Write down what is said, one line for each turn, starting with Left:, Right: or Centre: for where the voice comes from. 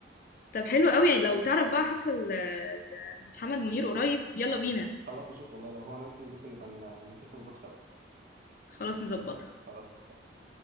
Left: طب حلو قوي يعني لو تعرف بقى حفل ال- ال- محمد منير قريب يلا بينا
Right: خلاص نشوف والله لو هو نزل ممكن نبقى ن- نتفق ونروح سوا
Left: خلاص نظبطها
Right: خلاص اتفقنا